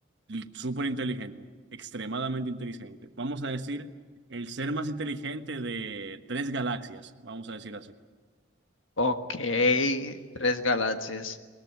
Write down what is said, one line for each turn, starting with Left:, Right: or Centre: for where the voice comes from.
Right: Y Súper inteligente, extremadamente inteligente. Vamos a decir, el ser más inteligente de tres galaxias, vamos a decir así.
Left: Ok, tres galaxias.